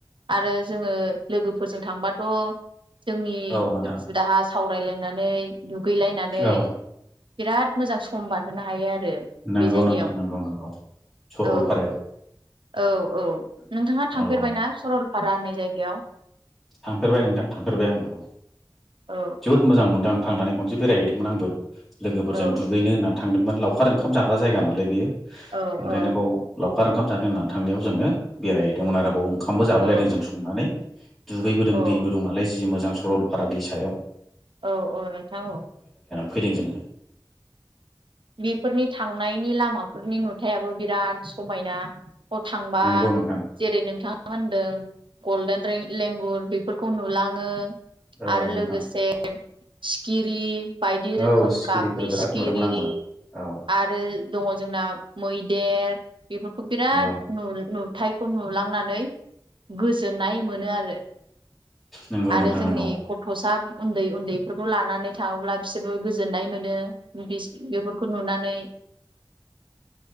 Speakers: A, on the right; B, in the centre.
A: आरो जोङो लोगोफोरजों थांबाथ' जोंनि
B: औ नोंथां
A: दुखु दाहा सावरायलायनानै दुगैलायनानै
B: औ
A: बिराद मोजां सम बारहोनो हायो आरो।
B: नंगौ
A: बे जायगायाव
B: नांथां नगौ नंगौ सरलपारायाव
A: औ औ औ नोंथाङा थांफेरबायना
B: औ
A: सरलपारा होननाय जायगायाव?
B: थांफेरबाय नोंथां थांफेरबाय आङो औ
A: औ
B: जोबोद मोजां मोनदों आं थांनानै खनसे बेरायहैदोंमोन आंबो लोगोफोरजों
A: औ
B: दुगैनो होननानै थांदोंमोन लावखार ओंखाम जाग्रा जायगा नालाय बेयो
A: औ
B: ओंखायनो
A: औ
B: बाव लावख खार ओंखाम जानो होननानै थांनायाव जोङो बेरायहैदोंमोन आरोबाव ओंखामबो जाबोलायदों
A: औ
B: जों संनानै। दुगैबोदों
A: औ
B: दैबो दं नालाय जि मोजां सरलपारा दै सायाव
A: औ औ नोंथां औ।
B: फैदों जोङो
A: बेफोरनि थांनायनि लामाफोरनि नुथायाबो बिराद समायना। बेव थांबा
B: नंगौ नोंथां
A: जेरै नोंथाङा होनदों गल्डेन रें लेंगुर बेफोरखौ नुलाङो
B: औ
A: आरो
B: नोंथां
A: लोगोसे सिखिरि बायदि रोखोम
B: औ सिखिरिफोर
A: गाबनि
B: बिराद
A: सिखिरि
B: नुदोंमोन आंबो औ
A: आरो दङ जोंना मैदेर बेफोरखौ बिराद
B: नंगौ
A: नु थायखौ नुलांनानै गोजोननाय मोन नोआरो
B: नंगौ
A: आरो
B: नोंथां
A: जोंनि
B: नंगौ
A: गथ'सा उन्दै उन्दैफोरखौ लानानै थाङोब्ला बिसोरबो गोजोननाय मोनो बेफोरखौ खौ नुनानै